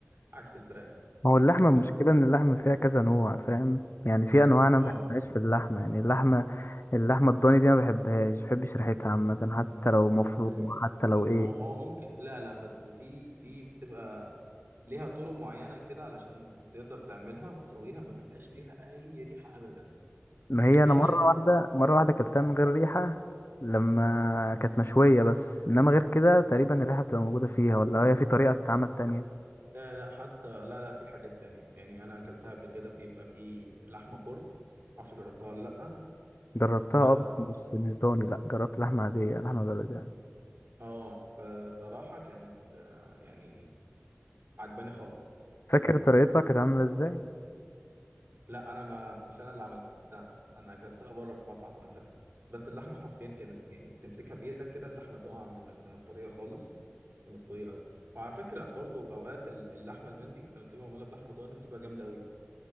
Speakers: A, on the right; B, on the left.
A: عكس الفراخ
B: ما هو اللحمة
A: بس
B: المشكلة إن اللحمة فيها كذا نوع فاهم يعني في أنواع أنا
A: اه
B: ما بحبهاش في اللحمة يعني اللحمة اللحمة الضاني دي ما بحبهاش ما بحبش ريحتها عامة حتى لو مفرومة
A: ازاي
B: حتى
A: بس
B: لو إيه
A: هو هو ممكن لا لا بس في في بتبقى ليها طرق معينه كده علشان تقدر تعملها وتسويها ما بيبقاش ليها اي ريحه ابدا
B: ما هي
A: كانك
B: أنا مرة واحدة مرة واحدة أكلتها من غير ريحة لما كانت مشوية بس إنما غير كده تقريبا الريحة بتبقى موجودة فيها ولا هي في طريقة بتتعمل تانية
A: لا لا حتى لا لا في حاجات تانية يعني انا اكلتها قبل كده بيبقى في لحمه فرن معرفش جربتها ولا لا
B: جربتها
A: بس
B: أه بس مش مش ضاني لأ جربت لحمة عادية لحمة بلدي يعني
A: اه بصراحه كانت آه، يعني عجباني خالص
B: فاكر
A: يعني
B: طريقتها
A: آه،
B: كانت عاملة إزاي؟
A: لا انا ما مش انا اللي عملتها انا اكلتها بره في مطعم وقتها بس اللحمه حرفيا كانت يعني تمسكها بايدك كده اللحمه تقع منك كانت طريه خالص ومستويه قوي وعلى فكره برضو اوقات اللحمه المندي لما بتبقى معموله بلحمه ضاني بتبقى جامده